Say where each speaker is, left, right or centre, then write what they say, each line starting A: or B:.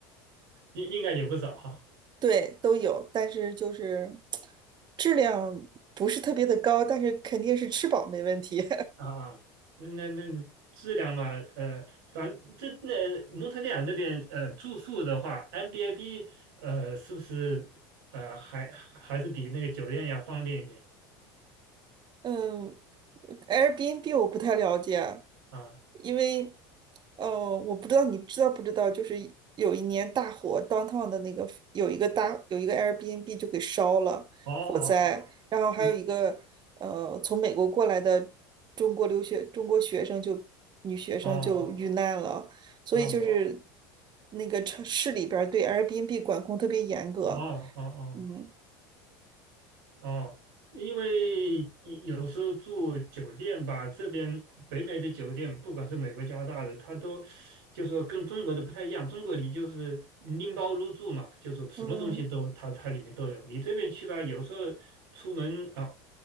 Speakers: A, on the right; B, on the right.
A: 应应该也不少哈。
B: 对都有，但是就是质量不是特别的高，但是肯定是吃饱没问题。
A: 啊，那那那质量嘛，呃，反正这那蒙特利尔那边呃住宿的话 m b I b 呃是不是呃还还是比那个酒店要方便一点
B: 嗯，Airbnb 我不太了解，
A: 啊？
B: 因为呃，我不知道你知道不知道，就是有一年大火，downtown 的那个有一个大有一个 Airbnb 就给烧了，
A: 哦，
B: 火灾，然后还有一个呃从美国过来的中国留学中国学生就女学生就遇难了，
A: 嗯，哦
B: 所以就是
A: 哦
B: 那个城市里边儿对 Airbnb 管控特别严格，
A: 哦哦哦。哦
B: 嗯。
A: 哦，因为有有时候住酒店吧，这边北美的酒店，不管是美国、加拿大的，它都就说跟中国的不太一样。中国你就是拎包入住嘛，就是什么东西都它它里面都有。
B: 嗯，
A: 你这边去吧，有时候出门啊，